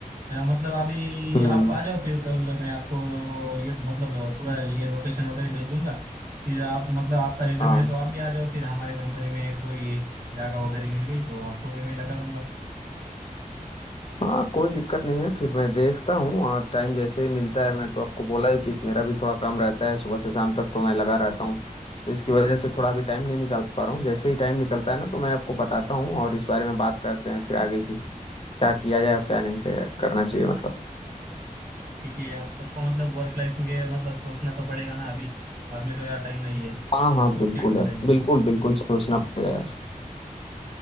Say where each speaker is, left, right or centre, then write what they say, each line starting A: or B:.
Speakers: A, on the right; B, on the left.
A: अ, मतलब अभी
B: हम्म
A: आप आ जाओ फिर कल मैं आपको ये मतलब पूरा ये लोकेशन वगैरह भेज दूंगा फिर आप मतलब आपका रिज्यूमे
B: हाँ
A: है तो आप भी आ जाओ फिर हमारे कंपनी में कोई जगह वगैरह मिल गई तो आपको भी मैं लगा दूंगा
B: हाँ कोई दिक्कत नहीं है फिर मैं देखता हूँ और टाइम जैसे ही मिलता है मैं तो आपको बोला ही कि मेरा भी थोड़ा काम रहता है सुबह से शाम तक तो मैं लगा रहता हूँ तो इसकी वजह से थोड़ा भी टाइम नहीं निकाल पा रहा हूँ जैसे ही टाइम निकलता है ना तो मैं आपको बताता हूँ और इस बारे में बात करते हैं फिर आगे की क्या किया जाए और क्या नहीं किया करना चाहिए मतलब
A: ठीक है यार सबको मतलब वर्क लाइफ में के मतलब सोचना तो पड़ेगा ना अभी बाद में तो यार टाइम नहीं है सबको
B: हाँ हाँ बिल्कुल
A: सेट हो
B: यार
A: जाएगा
B: बिल्कुल बिल्कुल सोचना पड़ेगा यार